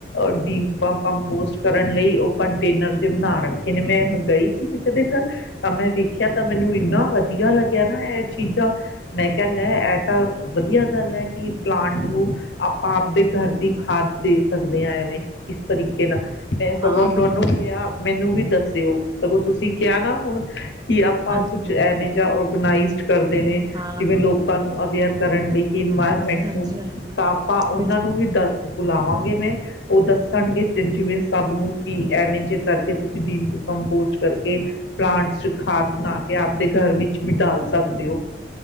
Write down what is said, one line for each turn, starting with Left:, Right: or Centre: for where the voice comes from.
Left: ਅ ਡਪਾਂ ਕੰਪੋਸਟ ਕਰਨ ਲਈ ਉਹ ਕੰਟੇਨਰ ਜੇ ਬਣਾ ਰੱਖੇ ਨੇ ਮੈਂ ਗਈ ਸੀ ਕਿਸੇ ਦੇ ਘਰ ਤਾਂ ਮੈਂ ਵੇਖਿਆ ਤਾਂ ਮੈਨੂੰ ਇੰਨਾ ਵਧੀਆ ਸੀਗਾ ਲੱਗਿਆ ਨਾ ਇਹ ਚੀਜ਼ਾਂ ਮੈਂ ਕਹਿ ਲੈ ਇਹ ਤਾਂ ਵਧੀਆ ਗੱਲ ਹੈ ਕਿ ਪਲਾਂਟ ਨੂੰ ਆਪਾਂ ਆਪਦੇ ਘਰ ਦੀ ਖਾਦ ਦੇ ਸਕਦੇ ਹਾਂ ਐਵੇਂ ਇਸ ਤਰੀਕੇ ਨਾਲ ਮੈਂ ਸਗੋਂ
Right: ਹਾਂ
Left: ਉਹਨੂੰ
Right: ਬਿਲਕੁਲ
Left: ਉਹਨੂੰ ਕਿਹਾ ਮੈਨੂੰ ਵੀ ਦੱਸਿਓ ਸਗੋਂ ਤੁਸੀਂ ਕਿਹਾ ਨਾ ਹੁਣ ਕਿ ਆਪਾਂ
Right: ਹਾਂਜੀ-ਹਾਂਜੀ
Left: ਕੁੱਛ ਐਵੇਂ ਔਗਨਾਈਜ਼ ਕਰਦੇ ਨੇ
Right: ਹਾਂ
Left: ਜਿਵੇਂ ਲੋਕਾਂ ਨੂੰ ਅਵੇਅਰ ਕਰਨ ਲਈ ਕਿ ਇਨਵਾਇਰਮੈਂਟ
Right: ਹਾਂਜੀ-ਹਾਂਜੀ
Left: ਨੂੰ ਤਾਂ ਆਪਾਂ ਉਹਨਾਂ
Right: ਬਿਲਕੁਲ
Left: ਨੂੰ ਵੀ ਦ ਬੁਲਾਵਾਂਗੇ ਮੈਂ ਉਹ ਦੱਸਣਗੇ ਜਿਵੇਂ ਸਭ ਨੂੰ ਕਿ ਐਵੇਂ ਜਿਹੇ ਕਰਕੇ ਤੁਸੀਂ ਡੀ ਕੰਪੋਸਟ ਕਰਕੇ ਪਲਾਂਟਸ ਚ ਖਾਦ ਬਣਾ ਕੇ ਆਪਦੇ ਘਰ ਵਿੱਚ ਵੀ ਡਾਲ ਸਕਦੇ ਹੋ